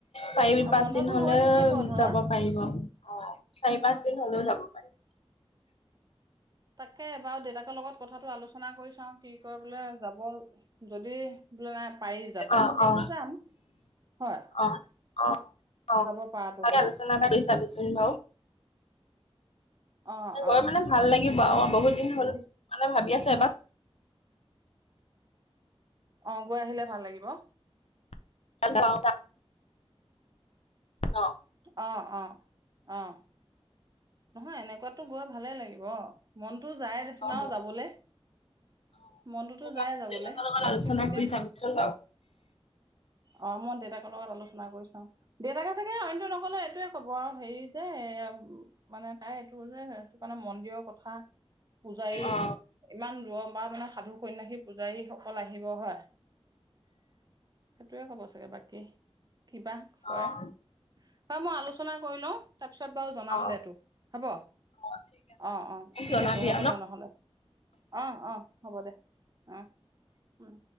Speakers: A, on the left; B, on the right.
A: চাৰি,
B: অ',
A: পাঁচ
B: বন্ধটো
A: দিন হ'লে
B: হৈ থাকিব ধৰ
A: যাব পাৰিব, অ', চাৰি, পাঁচ হ'লেও যাব পাৰি।
B: তাকে বাৰু দেউতাকৰ লগত কথাটো আলোচনা কৰি চাওঁ কি কয় বোলে যাব যদি বোলে পাৰি যাব
A: অ',
B: তেতিয়াহ'লে
A: অ',
B: যাম হয়
A: অ', অ', অ',
B: যাব পাৰাটো
A: তাকে
B: হলে
A: আলোচনা কৰি চাবিচোন বাৰু।
B: অ
A: গৈ
B: অ
A: মানে ভাল লাগিব আৰু বহুত দিন
B: যদি
A: হ'ল মানে ভাবি আছ <unintelligible>
B: অ', গৈ আহিলে ভাল লাগিব।
A: <unintelligible> ন
B: অ', অ', অহ। নহয় এনেকুৱাতো গৈ ভালে লাগিব। মন যায় দেচোন আও
A: অ
B: যাবলৈ
A: দেউতাকৰ
B: মনটোতো যায় যাবলে
A: লগত আলোচনা
B: কিন্তু এতিয়া,
A: কৰি চাবিচোন বাৰু
B: অ', মই দেউতাকৰ লগত আলোচনা কৰিছোঁ, দেউতাকে চাগে অন্য নক'লে এইটৱে ক'ব আৰু হেৰি যে এয়া মানে তাই এইটো যে সেইটো কাৰণে মন্দিৰৰ কথা। পূজাৰী,
A: অ
B: ইমান ৰম বা মানে সাধু, সন্যাসী, পূজাৰীসকল আহিব হয়। সেইটোৱে ক'ব চাগে বাকী কিবা কয়।
A: অ
B: ত' মই আলোচনা কৰি লওঁ। তাৰপিছত বাৰু! জনাম
A: অ
B: দে তোক। হব,
A: অ ঠিক আছে
B: অ' অ'
A: মোক
B: ঠিক
A: জনাবি
B: আছে হব
A: আৰু ন
B: দে নহলে, অ' অ' হব দে। আহ, উম।